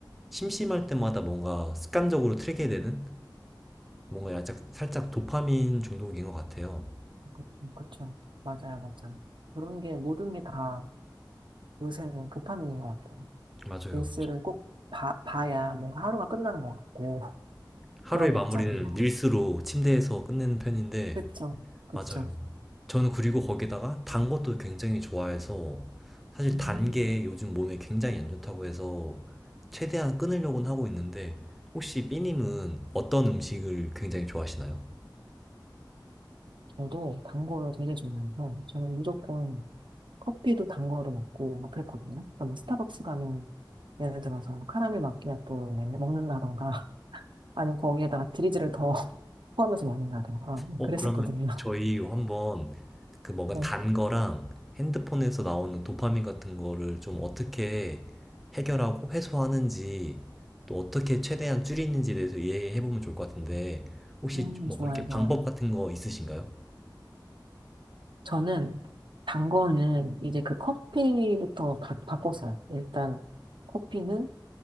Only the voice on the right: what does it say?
그쵸, 그쵸. 맞아요, 맞아요. 그런 게 모든 게 다 요새는 도파민인 것 같아요.
뉴스를 꼭 봐, 봐야 뭔가 하루가 끝나는 것 같고
그런
게 있잖아요.
그쵸, 그쵸.
음,
저도 단 거를 되게 좋아해서 저는 무조건 커피도 단 거를 먹고 막 그랬거든요. 그러니까 뭐 스타벅스 가면 예를 들어서 뭐 카라멜 마키아또 먹는다던가 <laughs> 아니면 거기에다가 드리즈를 더 <laughs> 포함해서 먹는다던가 뭐
그랬었거든요.
네.
음,
좋아요,
좋아요.
저는 단 거는 이제 그 커피부터 바, 꿨어요 일단 커피는